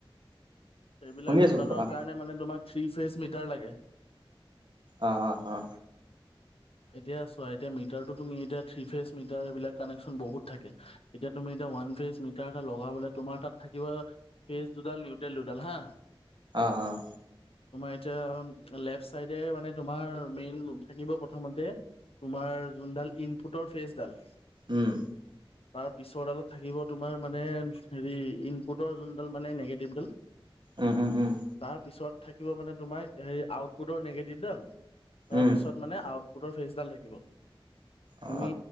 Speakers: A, on the left; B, on the right.
A: সেইবিলাক
B: শুনি আছো
A: দোকানৰ
B: কোৱা
A: কাৰণে মানে তোমাক থ্ৰী ফেচ মিটাৰ লাগে।
B: অ' অ' অ'
A: এতিয়া চোৱা এতিয়া মিটাৰটো তুমি এতিয়া থ্ৰী ফেচ মিটাৰ এইবিলাক কানেকশ্যন বহুত থাকে এতিয়া তুমি এতিয়া ওৱান ফেচ মিটাৰ এটা লগাবলে তোমাৰ তাত থাকিব ফেচ দুডাল নিউটেল দুডাল হা।
B: অ'-অ',
A: তোমাৰ এতিয়া লেফট চাইডে মানে তোমাৰ মেইন থাকিব। প্ৰথমতে তোমাৰ যোনডাল ইনপুটৰ ফেচডাল
B: উম
A: তাৰ পিছৰডালত থাকিব তোমাৰ মানে হেৰি ইনপুটৰ যোনডাল মানে নিগেটিভডাল,
B: উম'-উম'-উম',
A: তাৰ পিছত থাকিব মানে তোমাৰ হেৰি আউটপুটৰ নিগেটিভডাল তাৰ
B: উম
A: পিছত মানে আউটপুটৰ ফেচডাল থাকিব।
B: অ
A: তুমি